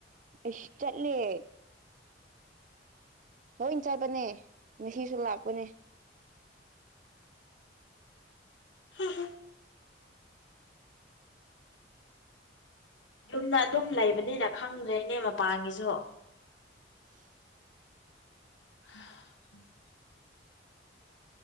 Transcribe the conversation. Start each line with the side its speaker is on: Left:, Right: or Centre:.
Right: ꯏꯁ ꯆꯠꯂ‌ꯦ ꯂꯣꯏ ꯆꯠꯄꯅꯦ ꯉꯁꯤꯁꯨ ꯂꯥꯛꯄꯅꯦ
Left: ꯍ ꯍ <unintelligible> ꯌꯨꯝꯗ ꯑꯗꯨꯝ ꯂꯩꯕꯅꯤꯅ ꯈꯪꯗ꯭ꯔꯦꯅꯦ ꯃꯄꯥꯟꯒꯤꯁꯨ
Right: <inaudible>
Left: ꯍꯥ ꯎꯝ <inaudible>